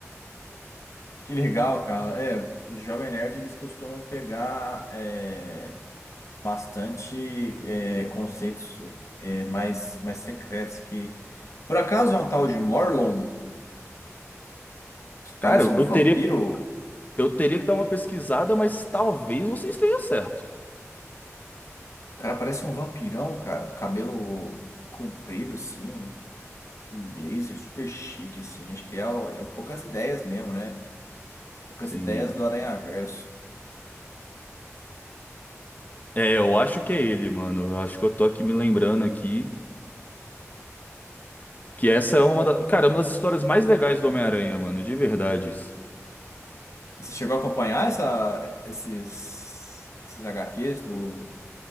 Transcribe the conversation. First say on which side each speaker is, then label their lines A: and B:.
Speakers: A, on the left (about 70°); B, on the left (about 35°).
A: Que legal, cara. É, os Jovem Nerd, eles costumam pegar é, bastante é, conceitos é, mais, mais secretos que... Por acaso é um tal de Morlun, que parece
B: Cara, eu
A: um vampiro?
B: teria,
A: O
B: eu teria que dar uma pesquisada, mas talvez você esteja certo.
A: cara parece um vampirão, cara. Cabelo comprido, assim. um um blazer super chique, assim. Acho que é, o- é o poucas ideias mesmo, né? Poucas
B: Sim.
A: ideias do Aranhaverso.
B: É, eu acho que é ele, mano. Eu acho que eu tô aqui me lembrando aqui que essa é uma da, cara, uma das histórias mais legais do Homem-Aranha, mano, de verdade.
A: E você chegou a acompanhar essa, esses, esses HQs do,